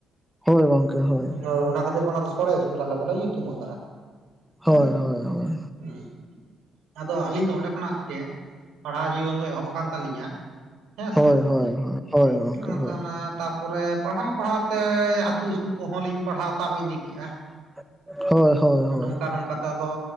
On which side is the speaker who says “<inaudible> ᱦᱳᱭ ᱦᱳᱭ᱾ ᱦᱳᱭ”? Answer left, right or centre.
Centre